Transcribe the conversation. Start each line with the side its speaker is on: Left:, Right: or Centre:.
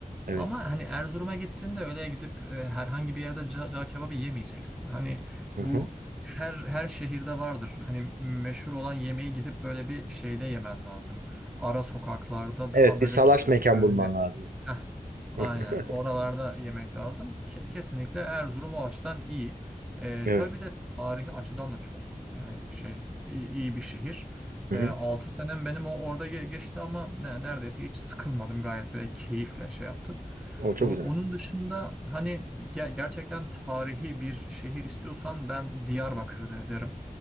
Right: evet.
Centre: Ama hani Erzurum'a gittiğinde öyle gidip e, herhangi bir yerde ca, cağ kebabı yemeyeceksin. Hani
Right: Hı
Centre: bu
Right: hı.
Centre: her her şehirde vardır. Hani meşhur olan yemeği gidip böyle bir şeyde yemen lazım. Ara sokaklarda
Right: Evet
Centre: daha böyle
Right: bir salaş
Centre: kö-
Right: mekan
Centre: köhne.
Right: bulman lazım.
Centre: Heh,
Right: <laughs>
Centre: aynen.
Right: Hı hı.
Centre: Oralarda yemek lazım. Ke- kesinlikle Erzurum o açıdan iyi. E,
Right: Evet.
Centre: tabii bir de tarihi açıdan da çok e, şey iyi, iyi bir şehir.
Right: Hı
Centre: E,
Right: hı.
Centre: 6 senem benim o orada ge- geçti ama ne, neredeyse hiç sıkılmadım gayet böyle keyifle şey yaptım.
Right: O çok
Centre: O-
Right: güzel.
Centre: Onun dışında hani ge- gerçekten tarihi bir şehir istiyorsan ben Diyarbakır de- derim.